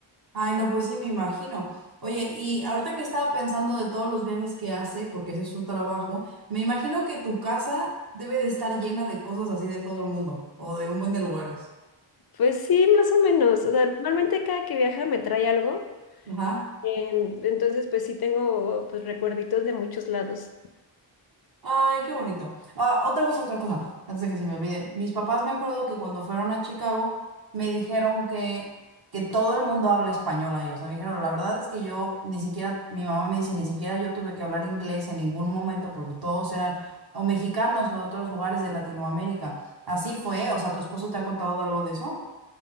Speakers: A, on the right; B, on the left.
A: Ay, no, pues sí, me imagino. Oye, y ahorita que estaba pensando de todos los viajes que hace, porque ese es su trabajo, me imagino que tu casa debe de estar llena de cosas así de todo el mundo, o de un buen de lugares.
B: Pues sí, más o menos. O sea, normalmente cada que viaja me trae algo.
A: Ajá.
B: em, entonces, pues sí tengo pues recuerditos de muchos lados.
A: Ay, qué bonito. Ah, otra cosa, otra cosa, antes de que se me olvide. Mis papás me acuerdo que cuando fueron a Chicago me dijeron que, que todo el mundo habla español ahí. O sea, me dijeron, la verdad es que yo ni siquiera, mi mamá me dice, ni siquiera yo tuve que hablar inglés en ningún momento porque todos eran o mexicanos o de otros lugares de Latinoamérica. Así fue, o sea, ¿tu esposo te ha contado de algo de eso?